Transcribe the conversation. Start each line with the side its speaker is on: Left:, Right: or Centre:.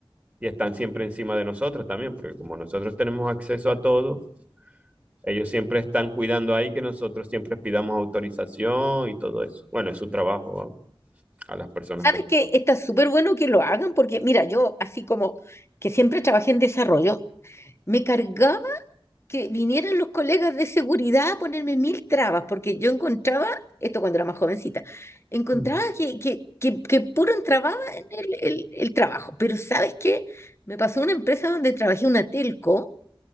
Right: y están siempre encima de nosotros también, porque como nosotros tenemos acceso a todo, ellos siempre están cuidando ahí que nosotros siempre pidamos autorización y todo eso. Bueno, es su trabajo, vamos, a las personas
Left: ¿Sabes
Right: correspondientes.
Left: qué? Está súper bueno que lo hagan porque, mira, yo así como que siempre trabajé en desarrollo, me cargaba que vinieran los colegas de seguridad a ponerme mil trabas, porque yo encontraba, esto cuando era más jovencita, encontraba
Right: Mm,
Left: que, que, que, que puro entrababa en el, el, el trabajo. Pero ¿sabes qué? Me pasó una empresa donde trabajé una telco